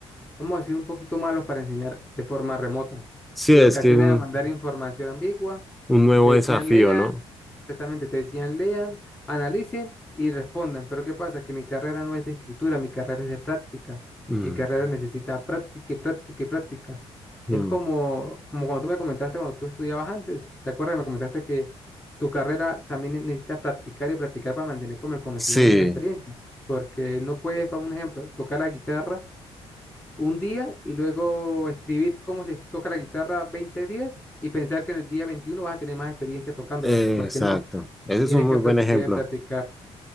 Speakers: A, on the left; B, in the centre.
A: vamos a decir, un poquito malos para enseñar de forma remota.
B: Sí,
A: Y
B: es
A: lo que hacían
B: que es un,
A: era mandar información ambigua,
B: un nuevo
A: te decían
B: desafío,
A: lean,
B: ¿no?
A: exactamente, te decían lean, analicen y respondan. Pero ¿qué pasa? Que mi carrera no es de escritura, mi carrera es de práctica.
B: Mm,
A: Mi carrera necesita práctica y práctica y práctica. Es
B: mm.
A: como, como cuando tú me comentaste cuando tú estudiabas antes, ¿te acuerdas? Me comentaste que tu carrera también ne- necesita practicar y practicar para mantener como el conocimiento
B: Sí,
A: y la experiencia. Porque no puedes, para un ejemplo, tocar la guitarra un día y luego escribir cómo se toca la guitarra 20 días y pensar que en el día 21 vas a tener más experiencia tocándola,
B: eh,
A: porque
B: exacto.
A: no,
B: Ese
A: tienes
B: es un muy
A: que practicar
B: buen ejemplo.
A: y practicar.